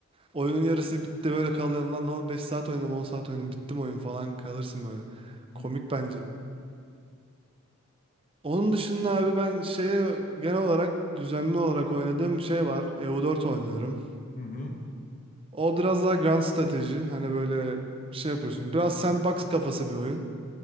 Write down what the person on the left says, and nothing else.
Hı
hı. hı,